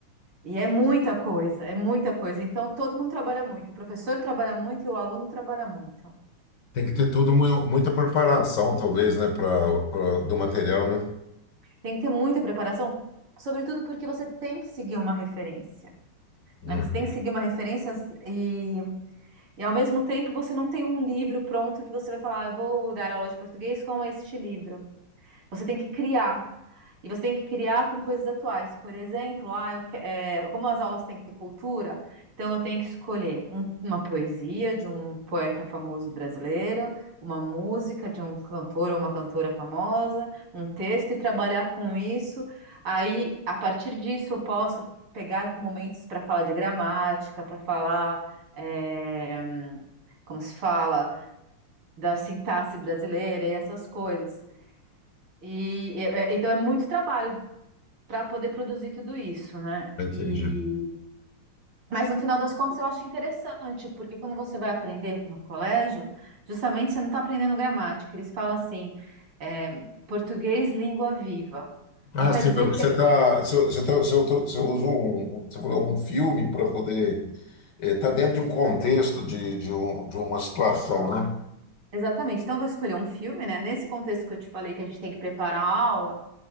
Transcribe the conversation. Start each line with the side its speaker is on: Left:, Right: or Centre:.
Right: E é muita coisa, é muita coisa. Então, todo mundo trabalha muito. O professor trabalha muito e o aluno trabalha muito.
Left: Tem que ter toda uma- muita preparação, talvez, né, para do material, né?
Right: Tem que ter muita preparação, sobretudo porque você tem que seguir uma referência,
Left: Uhum.
Right: né? Você tem que seguir uma referência e, e ao mesmo tempo você não tem um livro pronto que você vai falar, ah, eu vou dar aula de português com este livro. Você tem que criar. E você tem que criar com coisas atuais. Por exemplo, ah, eu que- é, como as aulas têm que ter cultura, então eu tenho que escolher um- uma poesia de um poeta famoso brasileiro, uma música de um cantor ou uma cantora famosa, um texto e trabalhar com isso. Aí, a partir disso, eu posso pegar momentos para falar de gramática, para falar, é, como se fala, da sintaxe brasileira e essas coisas. E é- é- então é muito trabalho para poder produzir tudo isso, né?
Left: Entendi.
Right: E mas no final das contas eu acho interessante, porque quando você vai aprender no colégio, justamente você não está aprendendo gramática. Eles falam assim, é, português, língua viva.
Left: Ah,
Right: Então quer
Left: sim,
Right: dizer
Left: você
Right: que
Left: tá, se eu, se eu, tô- se eu, tô- se eu uso um, você falou um filme para poder, eh, tá dentro de um contexto de, de, um, de uma situação, né?
Right: exatamente. Então eu vou escolher um filme, né? Nesse contexto que eu te falei que a gente tem que preparar a aula,